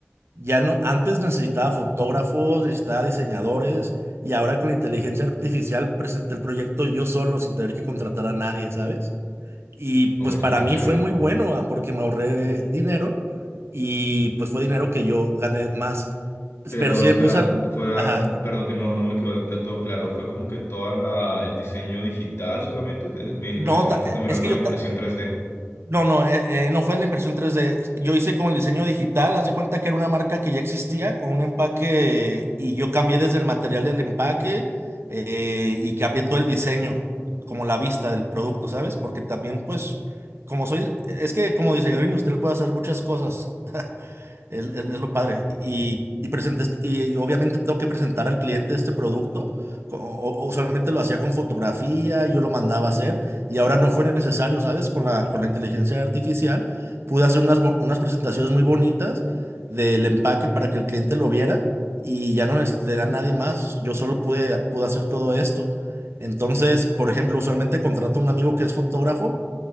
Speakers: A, on the right; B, on the left.
A: Ya no, antes necesitaba fotógrafos, necesitaba diseñadores y ahora con inteligencia artificial presenté el proyecto yo solo sin tener que contratar a nadie, ¿sabes? Y
B: Oye,
A: pues para
B: qué
A: mí
B: chévere.
A: fue muy bueno ah, porque me ahorré dinero y pues fue dinero que yo gané más,
B: Pero
A: pero sí
B: espera,
A: me puse a...
B: fuera,
A: Ajá.
B: perdón que no, no me quedó del todo claro, fue como que toda la, el diseño digital solamente, Te- me
A: No,
B: mencionaste
A: ta-
B: también
A: es
B: algo
A: que yo
B: de impresión
A: ta-
B: 3D.
A: No, no, eh, eh, no fue en la impresión tres d Yo hice con el diseño digital, haz de cuenta que era una marca que ya existía con un empaque y yo cambié desde el material del empaque eh, y cambié todo el diseño, como la vista del producto, ¿sabes? Porque también, pues, como soy, es que como diseñador industrial puedo hacer muchas cosas. Es, es- es lo padre. Y, y, presenté este- y obviamente tengo que presentar al cliente este producto. co- o- o usualmente lo hacía con fotografía, yo lo mandaba a hacer y ahora no fue necesario, ¿sabes? Con la, con la inteligencia artificial pude hacer unas, bo- unas presentaciones muy bonitas del empaque para que el cliente lo viera y ya no necesité a nadie más. Yo solo pude, pude hacer todo esto. Entonces, por ejemplo, usualmente contrato a un amigo que es fotógrafo